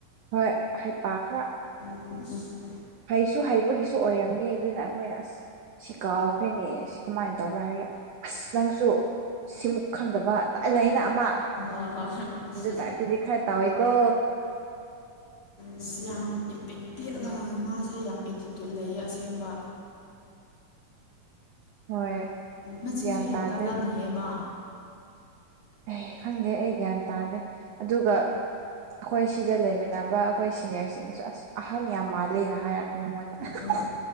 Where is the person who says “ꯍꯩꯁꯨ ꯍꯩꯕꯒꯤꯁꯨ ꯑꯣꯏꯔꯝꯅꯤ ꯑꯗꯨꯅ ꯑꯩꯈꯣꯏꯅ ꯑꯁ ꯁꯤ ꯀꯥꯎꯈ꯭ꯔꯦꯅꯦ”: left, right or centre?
Right